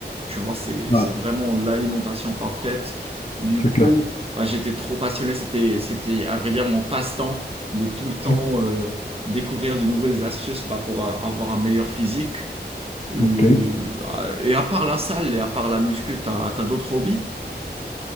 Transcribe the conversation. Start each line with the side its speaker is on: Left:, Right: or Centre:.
Right: Tu vois, c'est,
Left: Voilà.
Right: c'est vraiment l'alimentation parfaite. Du coup,
Left: C'est clair.
Right: bah, j'étais trop passionné. C'était, c'était, à vrai dire, mon passe-temps de tout le temps,
Left: OK.
Right: euh, découvrir de nouvelles astuces, bah, pour euh, avoir un meilleur physique. Euh,
Left: OK.
Right: ah, et à part la salle et à part la muscu, t'as, t'as d'autres hobbies?